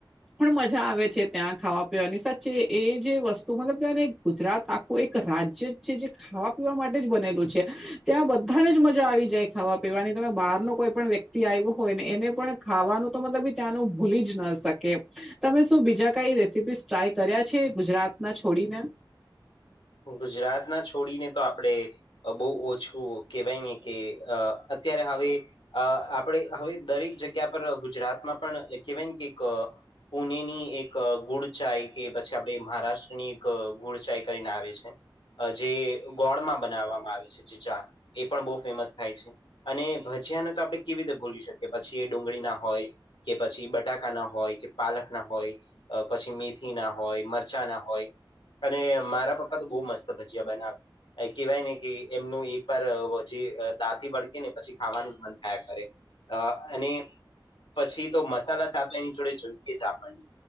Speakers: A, in the centre; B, on the left.
A: પણ મજા આવે છે ત્યાં ખાવા પીવાની સાચે એ જે વસ્તુ મતલબ કેને ગુજરાત આખું એક રાજ્ય જ છે જે ખાવા પીવા માટે જ બનેલું છે ત્યાં બધાને જ મજા આવી જાય ખાવા પીવાની તમે બહાર નું કોઈ પણ વ્યક તિ આવ્યું હોયને એને પણ ખાવાનું તો મતલબ બી ત્યાંનું ભૂલી જ ન શકે. તમે શું બીજા કઈ રેસીપીસ ટ્રાય કર્યા છે ગુજરાત ના છોડીને.
B: ગુજરાત ના છોડીને તો આપડે અ બહુ ઓછું કેહેવાય ને કે અ અત્યારે હવે અ આપણેે હવે દરેક જગ્યા પર ગુજરાતમાં પણ કેહેવાય ને કે ક પુણે ની એક ગુડચાઈ કે પછી આપડે મહારાષ્ટ્રની એક ગુડચાઈ કરીને આવે છે. જે ગોળમાં બનાવવામાં આવે છે જે ચા એ પણ બહુ ફેમસ થાય છે. અને ભજીયાને તો આપણે કેવી રીતે ભૂલી શકીએ પછી એ ડુંગળી ના હોય કે પછી બટાકા ના હોય કે પાલક ના હોય. પછી મેથી ના હોય મરચાં ના હોય અને મારા પપ પા તો બઉ મત ભજીયા બનાવે. કહેવાય ને કે એમનું એક વાર પછી દાંતથી વળગે ને પછી ખાવાનું જ મન થયા કરે. અ અને પછી તો મસાલા ચા તો એની જોડે જોઈએ જ આપણને.